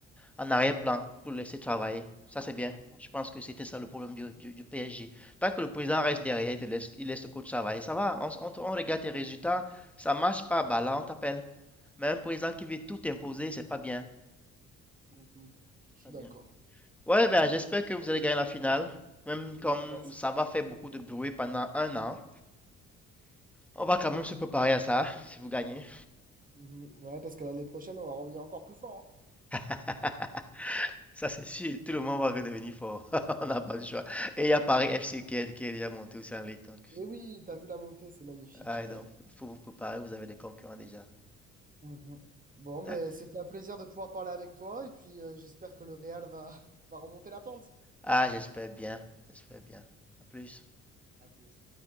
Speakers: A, in the centre; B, on the right (about 30°).
A: en- en arrière-plan pour laisser travailler. Ça, c'est bien. Je pense que c'était ça le problème du, du- du PSG. Tant que le président reste derrière, il, te laisse, il laisse le coach travailler. Ça va, on, on on regarde tes résultats. Ça marche pas, bah là, on t'appelle. Mais un président qui veut tout imposer, c'est pas bien.
B: mhm, je suis
A: Pas bien.
B: d'accord.
A: Ouais, ben, j'espère que vous allez gagner la finale. Même comme
B: Mhm, merci.
A: ça va faire beaucoup de bruit pendant un an. On va quand même se préparer à ça, si vous gagnez.
B: Mhm, Ouais, parce que l'année prochaine, on va revenir encore plus fort. hein.
A: <laughs> Ça, c'est sûr. Tout le monde va redevenir fort. <laughs> On n'a pas le choix. Et il y a Paris FC qui est, qui est déjà monté aussi en Ligue. Donc,
B: Mais oui, t'as vu la montée, c'est magnifique.
A: ah, donc,
B: Bon,
A: il faut vous préparer. Vous avez des concurrents déjà.
B: Mhm. Bon, ben,
A: D'accord.
B: c'était un plaisir de pouvoir parler avec toi, et puis euh, j'espère que le Real va, <laughs> va remonter la pente.
A: Ah, j'espère bien. J'espère bien. À plus.
B: À plus.